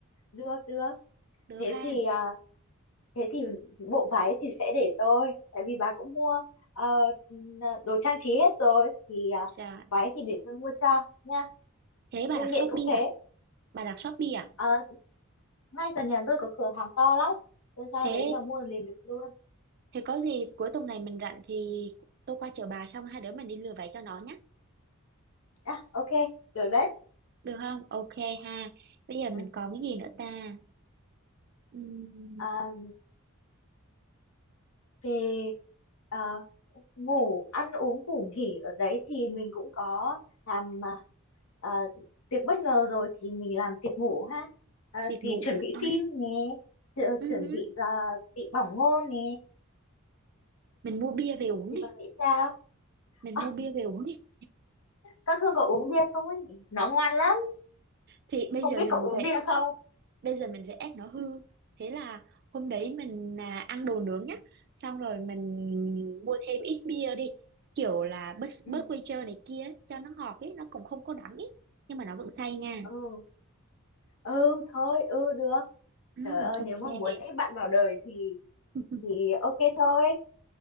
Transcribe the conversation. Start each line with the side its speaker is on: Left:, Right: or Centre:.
Left: được được.
Right: được
Left: Thế
Right: ha
Left: thì ờ, thế thì bộ váy thì sẽ để tôi, tại vì bà cũng mua ờ, đồ trang trí hết rồi thì ờ,
Right: dạ
Left: váy thì để tôi mua cho nha.
Right: thế bà
Left: Vương
Right: đặt
Left: miện
Right: Shopee
Left: cũng thế.
Right: à bà đặt Shopee à
Left: Ờ, ngay gần nhà tôi có cửa hàng to lắm. Tôi ra
Right: thế
Left: đấy là mua liền được luôn.
Right: thế có gì cuối tuần này mình rảnh thì tôi qua chở bà xong hai đứa mình đi lừa váy cho nó nhé
Left: À, ok, được đấy.
Right: được không ok ha bây giờ mình
Left: Ừ.
Right: còn cái gì nữa ta Ừm,
Left: À, về à, ngủ, ăn uống, ngủ nghỉ ở đấy thì mình cũng có làm à, tiệc bất ngờ rồi thì mình làm tiệc ngủ ha. À,
Right: việc
Left: thì
Right: ngủ
Left: chuẩn bị
Right: à,
Left: phim nè, chu-
Right: ừm,
Left: chuẩn bị à, bị bỏng ngô nè.
Right: mình mua bia về uống
Left: Thì
Right: đi
Left: bạn nghĩ sao?
Right: mình
Left: À,
Right: mua bia về uống đi
Left: con Hương có uống bia không ấy nhỉ? Nó ngoan lắm,
Right: thì bây
Left: không
Right: giờ
Left: biết
Right: mình
Left: có uống
Right: phải
Left: bia không?
Right: bây giờ mình phải ép nó hư thế là hôm đấy mình à, ăn đồ nướng nhá xong rồi mình mua thêm ít bia đi kiểu là bớt
Left: Ừ,
Right: bớt quay trơ này kia ấy, cho nó ngọt ấy nó cũng không có đắng ấy nhưng mà nó vẫn say nha
Left: ừ, ừ thôi, ừ được.
Right: ừ,
Left: Trời ơi,
Right: ok
Left: nếu mà muốn ép bạn vào đời thì
Right: <laughs>
Left: thì ok thôi.